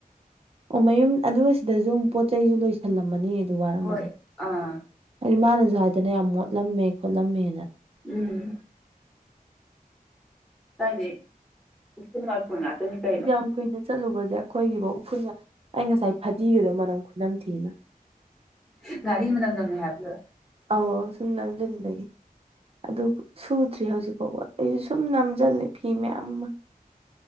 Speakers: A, on the right (about 40°); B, in the centre.
A: ꯑꯣ ꯃꯌꯨꯝ ꯑꯗꯨ ꯁꯤꯗꯖꯨ ꯄꯣꯠ ꯆꯩꯁꯨ ꯂꯣꯏꯁꯤꯜꯂꯝꯃꯅꯤ ꯑꯗꯨ ꯋꯥꯔꯝꯃꯅꯤ
B: ꯍꯣꯏ ꯑꯥ
A: ꯍꯥꯏꯗꯤ <unintelligible> ꯃꯥꯅꯁꯨ ꯍꯥꯏꯗꯅ ꯌꯥꯝ ꯃꯣꯠꯂꯝꯃꯦ ꯈꯣꯠꯂꯝꯃꯦꯅ
B: ꯎꯝ ꯀꯥꯏꯗꯩ ꯎꯐꯨꯟ ꯋꯥꯏꯐꯨꯟ ꯉꯥꯇꯅꯤ ꯀꯩꯅꯣ
A: ꯌꯥꯝ ꯀꯨꯏꯅ ꯆꯠꯂꯨꯕꯖꯦ ꯑꯈꯣꯏꯒꯤꯕꯧ ꯎꯐꯨꯟꯅ ꯑꯩ ꯉꯁꯥꯏ ꯐꯗꯤꯒꯗꯣ ꯃꯅꯝ ꯈꯨꯅꯝꯊꯤ‌ ꯑꯃ
B: ꯉꯥꯔꯤ ꯃꯅꯝ ꯅꯝꯃꯦ ꯍꯥꯏꯕ <unintelligible>
A: ꯑꯧ ꯁꯨꯝ ꯅꯝꯖꯤꯟꯕꯒꯤ ꯑꯗꯨꯕꯨ ꯁꯨꯗ꯭ꯔꯤ ꯍꯧꯖꯤꯛ ꯄꯧꯕ ꯑꯩꯖꯨ ꯁꯨꯝ ꯅꯝꯖꯜꯂꯦ ꯐꯤ ꯃꯌꯥꯝ ꯑꯃ